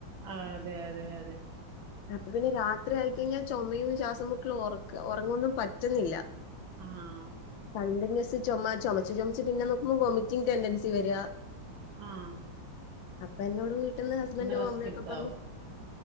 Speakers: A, on the right; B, on the left.
A: ആഹ് അതെ അതെ അതെ
B: <inaudible> അപ്പ പിന്നെ രാത്രി ആയിക്കഴിഞ്ഞാ ചൊമയും ശ്വാസംമുട്ടലും ഒറക്ക ഒറങ്ങൊന്നും പറ്റ്ന്നില്ല
A: ആഹ്
B: കണ്ടിന്യൂസ് ചാെമ ചൊമച്ച് ചാെമച്ച് പിന്നെ നോക്കുമ്പോ വൊമിറ്റിങ് ടെൻഡൻസി വര്യാ
A: ആഹ്
B: അപ്പഇന്നോട് വീട്ട്ന്ന് ഹസ്ബൻഡും
A: റെസ്റ്റ്
B: അമ്മയൊക്കെ
A: എടുത്താവും
B: പർഞ്ഞു